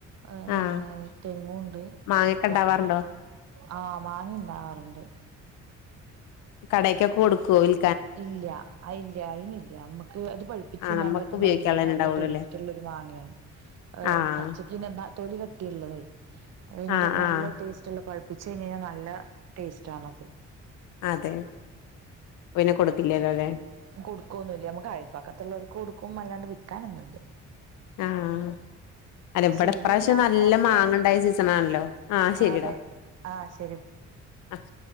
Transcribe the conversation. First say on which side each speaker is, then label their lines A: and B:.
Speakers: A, on the right (about 60°); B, on the left (about 85°).
A: ഏഹ
B: ആഹ്
A: തെങ്ങുണ്ട്
B: മാങ്ങക്കെ
A: പ്ലാവ്
B: ഇണ്ടാവാറുണ്ടോ
A: ആഹ് മാങ്ങണ്ടാവാറുണ്ട്
B: കടേക്കെക്കൊ കൊടുക്കോ വിൽ
A: ഇല്ല അതില്ല അയ്ന്ല്ല്യ നമ്മക്ക് ഇത് പഴിപ്പിച്ച്
B: ആഹ്
A: തിന്നാൻ
B: നമ്മക്ക്
A: പറ്റുന്ന
B: ഉപയോഗിക്കാനുള്ളതന്നെ
A: ഒരുതരം നല്ല
B: ഇണ്ടാവുള്ളൂല്ലേ
A: ടേസ് റ്റുള്ളൊരു മാങ്ങേണ്. ഏഹ്
B: ആഹ്
A: പച്ച ക്ക്ന് എന്നാ തൊലി കട്ടിള്ളതേ അത് ഭയങ്കര
B: ആഹ്
A: നല്ല
B: ആഹ്
A: ടേസ് റ്റെല്ലോ പഴിപ്പിച്ച് കഴിഞഴിഞ്ഞാ നല്ല ടേസ്റ്റ് ആണത്.
B: അതെ. അപ്പൊപിന്നെ കൊടുക്കില്ലല്ലോ ല്ലേ.
A: കൊടുക്കൊന്നുല്ല്യ നമുക്ക് അഴൽപ്പക്കത്തുള്ളവർക്ക് കൊടുക്കും അല്ലാണ്ട് വിക്കാനൊന്നുല്ല്യ.
B: ആഹ്. അല്ല ഇബടെ
A: ശരി
B: ഇപ്രാശ്യം
A: എന്നാ
B: നല്ല
A: ഓക്കെ
B: മാങ്ങണ്ടായ സീസണാണല്ലോ ആഹ് ശരിടാ.
A: അതെ ആഹ് ശരി.
B: അഹ്.